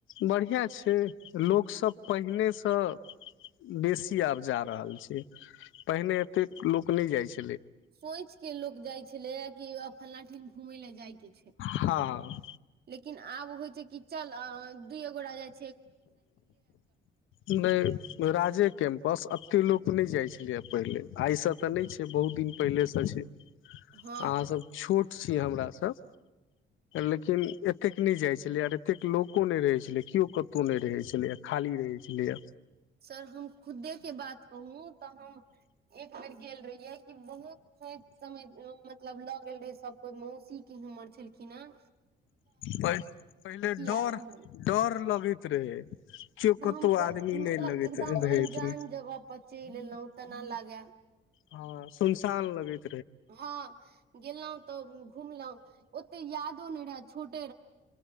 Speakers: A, on the left (about 80°); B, on the right (about 50°).
A: बढ़िआँ छै लोकसभ पहिनेसँ बेसी आब जा रहल छै पहिने एते लोक नहि जाइ छै
B: सोच के लोकोग जाइ छलै कि फलना ठीन घूमै ले जाइ
A: हँ
B: लेकिन आब होइ छै की चल दू ये गोरे
A: नहि राजे कैम्पस अथि लोक नहि जाइ छलियै पहिले आइसँ तऽ नहि छै बहुत दिन पहिलेसँ छै अहाँसभ
B: हँ
A: छोट छी हमरासभ लेकिन एतेक नहि जाइ छलै आर एतेक लोको नहि रहै छलै केओ कत को नहि रहै छलैए खाली रहै छलैए
B: सर हम खुदे के बात कहू तऽ हम एक बेर गेल रही ये क बहुत सोच समय मतलब ल गेल रहे सब कोई मौस सी के हमर छलखिन हेँ
A: प पहिले डर
B: आयल रहनि
A: डर लगैत रहै चकतो
B: तऽ हम
A: आदमी नहि
B: मतलब
A: लगैत
B: एकदम
A: रहैत
B: अन्जान
A: रहे
B: जगह पर चैल एलहुँ तेना लागे
A: हँ सुनसान लगे छै
B: हँ गेलहुँ तऽ घुमलहुँ ओते यादो नहि रहय छोट